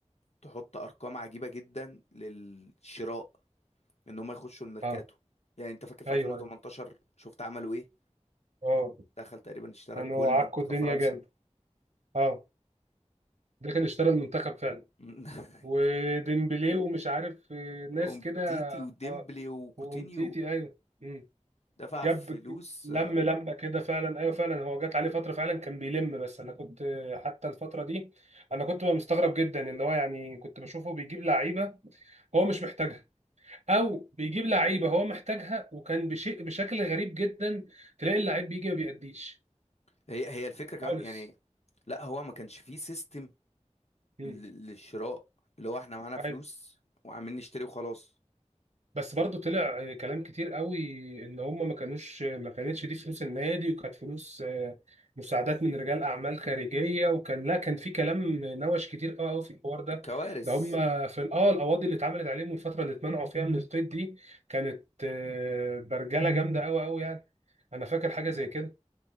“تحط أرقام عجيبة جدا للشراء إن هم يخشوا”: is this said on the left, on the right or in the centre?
Left